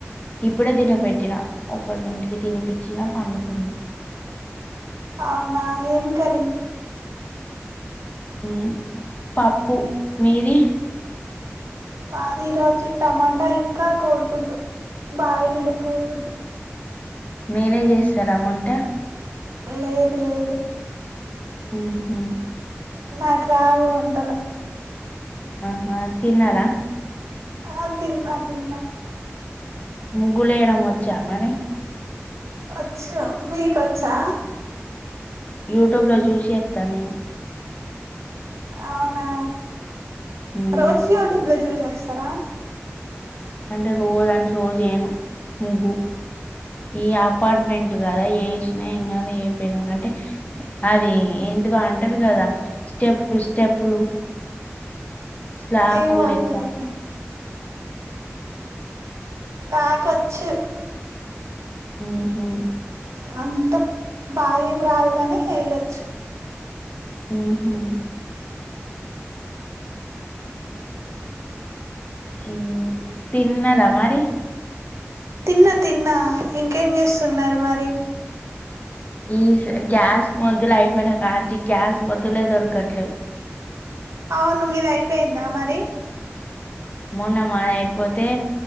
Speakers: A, on the left (about 30°); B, on the right (about 80°).
A: ఇప్పుడే తినబెట్టినా ఒకనింటికి తినిపిచ్చినా పండుకుంది
B: అవునా ఏం కర్రీ
A: మ్ పప్పు మీది
B: మాది ఈ రోజు టమాటా ఇంకా కోడి గుడ్డు బాయిల్డు కొడు గుడ్డు
A: మిరే చేస్తారా వంట
B: లేదు లేదు
A: మ్ హు
B: నాకు రావు వంటలు
A: ఆహా తిన్నారా
B: ఆ తిన్నా తిన్నా
A: ముగ్గులేయడం వచ్చామని
B: వచ్చు మీకోచ్చా
A: యూట్యూబ్ లో చూసేస్తా నేను
B: అవునా
A: ఉమ్
B: రోజు యూట్యూబ్ లో చూసేస్తారా
A: అంటే రోజు అంటే రోజు ఎయను ముగ్గు ఈ అపార్ట్మెంట్లు కదా ఎసినా ఏంకాదు ఎయ్యాక అయిపోయినా అంటే అది ఎంటిదో అంటారు కదా స్టెప్పులు స్టెప్పులు స్లాపులు
B: ఎమొలే
A: లెక్క
B: ఇగ నాకోచ్చు
A: మ్ హు
B: అంత బాగేమ్ రాదు గాని ఎయ్యోచ్చు
A: మ్ హు ఇం తిన్నార మరి
B: తిన్నా తిన్నా ఇంకేం చేస్తున్నారు మరి
A: ఈ గ్యాస్ మొద్దులు అయిపోయినా కంచి గ్యాస్ మొద్దులే దొరకట్లేవ్
B: అవును మీది అయిపోయిందా మరి
A: మొన్న మాయి అయిపోతే